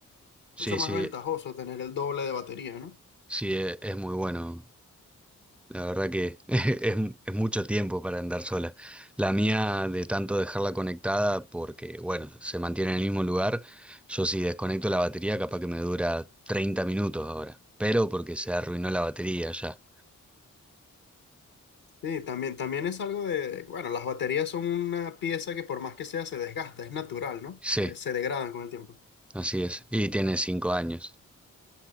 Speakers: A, in the centre; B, on the left.
A: sí,
B: mucho más
A: sí,
B: ventajoso tener el doble de batería, ¿no?
A: sí, e- es muy bueno. La verdad que <laughs> es, es mucho tiempo para andar sola. La mía, de tanto dejarla conectada, porque, bueno, se mantiene en el mismo lugar, yo si desconecto la batería, capaz que me dura 30 minutos ahora. Pero porque se arruinó la batería ya.
B: Sí, también, también es algo de, bueno, las baterías son una pieza que por más que sea se desgasta, es natural, ¿no? Eh,
A: Sí,
B: se degradan con el tiempo.
A: así es. Y tiene 5 años.